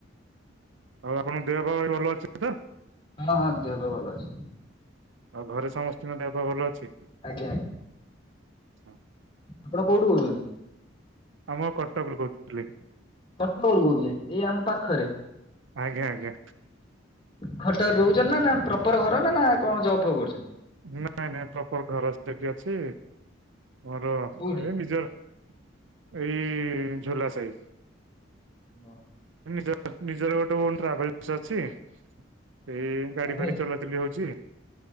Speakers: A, on the right (about 80°); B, on the left (about 25°).
A: ଆଉ ଆପଣଙ୍କ ଦେହ ପା ଭଇ ଭଲ ଅଛନ୍ତି ତ।
B: ହଁ ହଁ ଦେହବେ ଭଲ ଅଛି।
A: ଆଉ ଘରେ ସମସ୍ତଙ୍କ ଦେହ ପା ଭଲ ଅଛି।
B: ଆଜ୍ଞା ଆଜ୍ଞା।
A: ହଁ।
B: ଆପଣ କୋଉଠୁ କହୁଛନ୍ତି?
A: ଆମ କଟକରୁ କହୁଥିଲି
B: କଟକରୁ କହୁଥିଲେ ଏଇ ଆମ ପାଖରେ।
A: ଆଜ୍ଞା ଆଜ୍ଞା।
B: କଟକ ରେ ରହୁଛନ୍ତି ନା ନା ପ୍ରପର ଘର ନା ନା କଣ ଜବ୍ ଫବ୍ କରୁଛନ୍ତି?
A: ନାଇଁ ନାଇଁ ପ୍ରପର ଘର ସେଠି ଅଛି ମୋର
B: କୋଉଠି?
A: ଏ ନିଜର। ଏଇ ଝୋଲା ସାହି।
B: ହଁ।
A: ନିଜ ନିଜର ଗୋଟେ ଓନ ଟ୍ରାଭେଲସ ଅଛି ସେଇ ଗାଡି
B: ଟ୍ରାଭେଲ୍ସ
A: ଫାଡି ଚଲାଚଲି ହଉଛି।